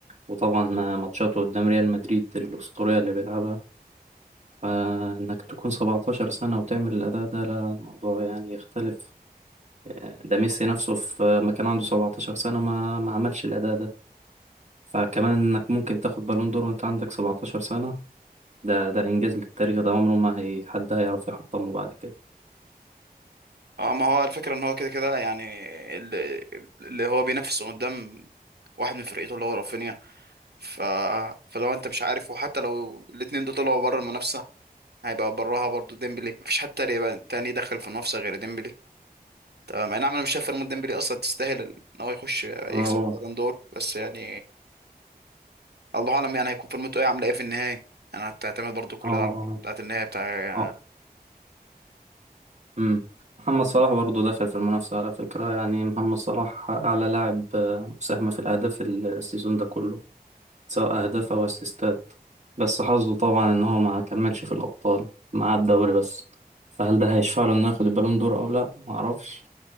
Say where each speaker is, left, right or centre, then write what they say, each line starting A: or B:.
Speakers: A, on the right; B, on the right.
A: وطبعا مع ماتشاته قدام ريال مدريد الأسطورية اللي بيلعبها فإنك تكون 17 سنة وتعمل الأداء ده لا موضوع يعني يختلف آه، ده ميسي نفسه في ما كان عنده 17 سنة ما ما عملش الأداء ده فكمان انك ممكن تاخد بالون دور وانت عندك 17 سنة ده ده إنجاز للتاريخ ده عمره ما هي حد هيعرف يحطمه بعد كده
B: اه ما هو الفكرة ان هو كده كده يعني اللي, اللي هو بينافسه قدام واحد من فرقته اللي هو رافينيا ف... فلو انت مش عارف وحتى لو الاتنين دول طلعوا بره المنافسة هيبقى براها برضو ديمبلي مفيش حد تاني يبقى تاني يدخل في المنافسة غير ديمبلي تمام اي نعم انا مش شايف فريمون ديمبلي اصلا تستاهل ان هو يخش يكسب
A: اه
B: بالون دور بس يعني الله اعلم يعني هيكون فورمته ايه عامله ايه في النهاية يعني هتعتمد برضو كل
A: اه
B: ده على بتاعت النهاية بتاع
A: اه أمم. محمد صلاح برضه داخل في المنافسة على فكرة يعني محمد صلاح أعلى لاعب آه، مساهمة في الأهداف السيزون ده كله سواء أهداف أو أسيستات بس حظه طبعا إن هو ما كملش في الأبطال مع الدوري بس فهل ده هيشفع له إنه ياخد البالون دور أو لأ معرفش